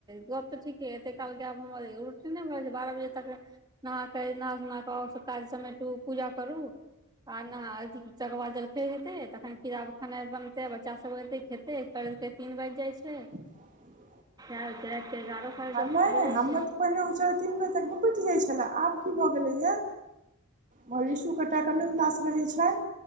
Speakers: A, on the right; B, on the right.
A: गप तऽ ठीके एते काल गायब हमर रुटी नहि भऽ छै, बारह बजे तक। नहा के नहा सना कऽ काज समेटू पूजा करु आ नहा चकवा जल। हेतै तखन कीड़ा खेनाइ बनतै बच्चा सभ एतै खेतै कर तीन बाजि जाइत छै।
B: <inaudible>
A: एक तऽ एारह साढ़े
B: आ
A: दश
B: नहि
A: बजे
B: हमर
A: छै।
B: तऽ पहिने होइत छलै तीन बजे तक निपटि जाइत छलै आब कि भऽ गेलैया। मगर ऋषुके टैकेडो क्लास रहै छनि